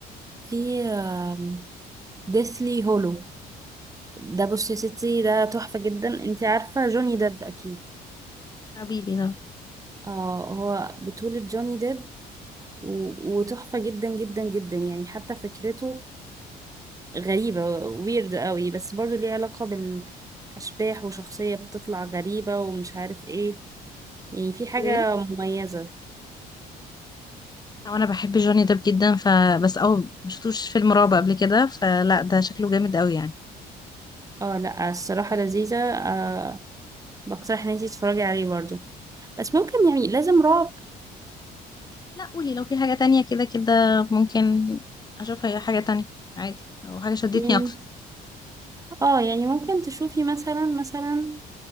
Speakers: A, on the right; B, on the left.
A: في آم، deathly hollow ده بصي يا ستي ده تحفة جدا انتي عارفة جوني ديب اكيد
B: حبيبي ده
A: اه هو بطولة جوني ديب و- وتحفة جدا جدا جدا يعني حتى فكرته غريبة ويرد قوي بس برضو ليه علاقة بالأشباح وشخصية بتطلع غريبة ومش عارف ايه يعني في حاجة
B: ايه
A: مميزة
B: او انا بحب جوني ديب جدا فبس او ما شفتوش فيلم رعب قبل كده فلا ده شكله جامد قوي يعني
A: اه لا الصراحة لذيذة آه بقترح ان انتي تتفرجي عليه برضو بس ممكن يعني لازم رعب
B: لا قولي لو في حاجة تانية كده كده ممكن اشوفها هي حاجة تانية عادي لو حاجة شدتني
A: يعني
B: اكتر
A: اه يعني ممكن تشوفي مثلا مثلا